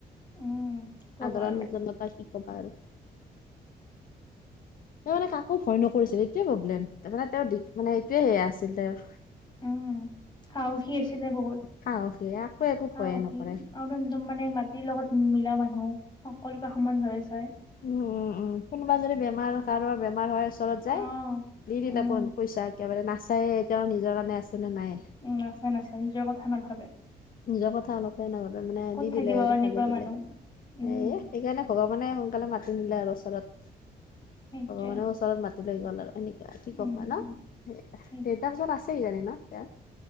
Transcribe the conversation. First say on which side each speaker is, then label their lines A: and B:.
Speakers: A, on the left (about 25°); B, on the left (about 55°).
A: উম কি কবা
B: সাধাৰণ
A: আৰু
B: নিজ মতই শিকবা আৰু তেওঁ মানে কাকো ভয় নকৰিছিল এইটোৱে প্ৰব্লেম তাৰ মানে তেওঁৰ দি মানে এইটোৱে সেয়া আছিল তেওঁৰ
A: উম সাহসী আছিলে বহুত
B: সাহসী কাকো একো ভয়ে
A: ও
B: নকৰে।
A: কি আৰুদ মানে মাটিৰ লগত মিলা মানুহ সকলোকে সমান ভাবেছে
B: উম উম উম কোনোবা যদি বেমাৰ কাৰোবাৰ বেমাৰ হয় ওচৰত যায়
A: অহ
B: নিদিনা
A: উম
B: প পইচা একেবাৰে নাছিল তেওঁ নিজৰ কাৰণে আছে নে নাই
A: উম নাচাই নাচাই নিজৰ কথা নাভাবে
B: নিজৰ কথা অলপে এনেভাবে মানে
A: ক'ত
B: দি
A: থাকিব
B: দিলে
A: এনেকুৱা
B: গালি দিলে
A: মানুহ
B: এ
A: উম
B: সেইকাৰণে ভগৱান মানে সোনকালে মাতি নিলে আৰু ওচৰত ভগৱানে
A: সেইটোৱে
B: ওচৰত মাতি লৈ গ'ল আৰু এনে কি
A: উম
B: ক'বা ন দেৰতাৰ
A: সেই
B: পিছত আছে সিজানি ন এ